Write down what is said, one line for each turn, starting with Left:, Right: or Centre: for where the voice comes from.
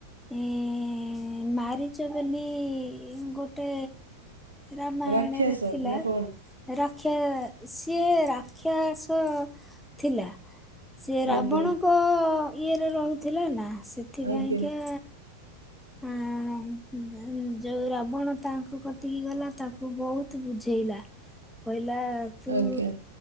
Centre: ଏଁ ମାରିଚ ବୋଲି ଗୋଟେ ରାମାୟଣରେ
Right: ରାକ୍ଷସ
Centre: ଥିଲା
Right: ନା କଣ
Centre: ରା କ୍ଷା ସିଏ ରାକ୍ଷସ ଥିଲା। ସିଏ ରାବଣଙ୍କ
Right: ଆଜ୍ଞା
Centre: ଇଏରେ ରହୁଥିଲା ନା ସେଥିପାଇଁକା
Right: ଆଜ୍ଞା
Centre: ଆଁ ହୁଁ। ଯୋଉ ରାବଣ ତାଙ୍କୁ କତିକି ଗଲା ତାକୁ ବହୁତ ବୁଝେଇଲା କହିଲା ହେଲା ତୁ
Right: ଆଜ୍ଞା